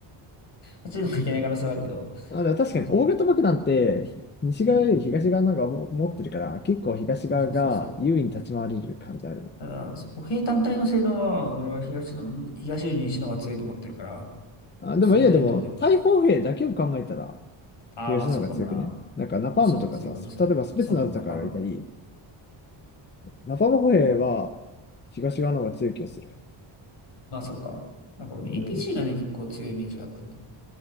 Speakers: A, on the left (about 55°); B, on the left (about 20°).
A: ラチーノがいけない可能性はあるけど、
B: あ、でも確かに、
A: まあそう。
B: 大型爆弾って、ひ西側より東側なんかも持ってるから、
A: うん。
B: 結構東側が優位に立ち回れる感じあるね。
A: そうそうそう。ただ、歩兵単体の性能は、俺は東の、東より西の方が強いと思ってるから、
B: あ、でもいや、
A: そこでどう出るか。
B: でも、大砲兵だけを考えたら、
A: ああ、
B: 東の方が強くね。
A: まあそうかもな。
B: なんか、ナパームとかさ、
A: 東の方が強い可能性ある。
B: 例えばスペツナズとかがいたり、
A: そうね、ナパン。
B: ナパーム歩兵は東側の方が強い気がする。
A: まあそうか。なんか俺
B: うん
A: a シーがね、結構強いイメージがあったんだ。